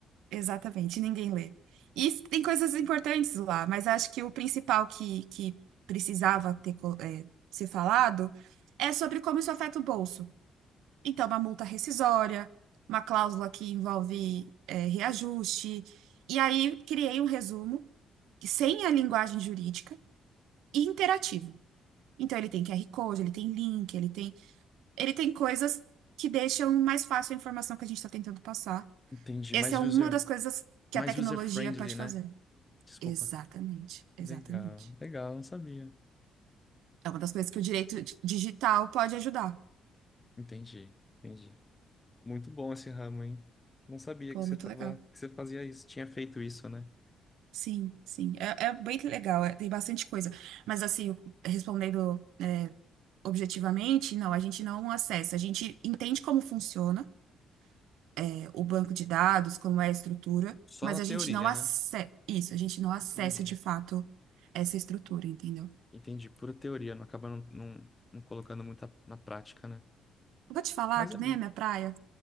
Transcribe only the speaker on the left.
Entendi,
mais
user,
mais
user friendly,
né?
Desculpa.
Legal, legal, não sabia.
Entendi, entendi. Muito bom esse ramo, hein? Não sabia
que você
tava,
que você fazia isso, tinha feito isso, né?
Só
na
teoria,
né?
Entendi.
Entendi, pura teoria, não acaba não, não, não colocando muito a- na prática, né?
Mas
é bom.